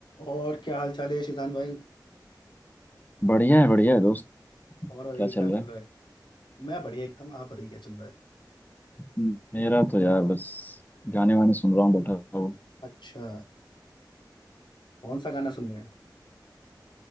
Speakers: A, on the left; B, on the left.
A: और क्या हाल चाल है शिजान भाई
B: बढ़िया है बढ़िया है दोस्त
A: और बताइए
B: क्या चल
A: क्या
B: रहा
A: चल रहा है मैं बढ़िया एकदम आप बताइए क्या चल रहा है
B: है मेरा तो यार बस गाने वाने सुन रहा हूँ बैठा हूँ
A: अच्छा कौन सा गाना सुन रहे हैं